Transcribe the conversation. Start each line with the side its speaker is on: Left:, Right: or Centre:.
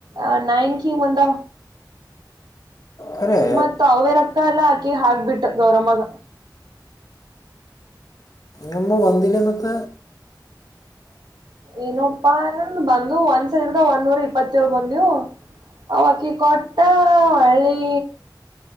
Right: ಆ ನೈನ್ ಕಿ ಒಂದ
Left: ಖರೆ
Right: ಮತ್ತ್ ಅವೆ ರಕ್ಕ ಎಲ್ಲ ಆಕಿ ಹಾಕ್ಬಿಟ್ಟು ಗೌರಮ್ಮಗ
Left: ನಮ್ಮ ಬಂದಿಲ್ಲ ಮತ್ತ
Right: ಏನಪ್ಪಾ ಇನಂದ್ ಬಂದು ಒಂದ್ಸರ್ದ ಒಂದ್ ನೂರ ಇಪ್ಪತ್ತಏಳ್ ಬಂದವು ಅವ ಬಕಿ ಕೊಟ್ಟಾ ಒಳ್ಳಳ್ಳಿ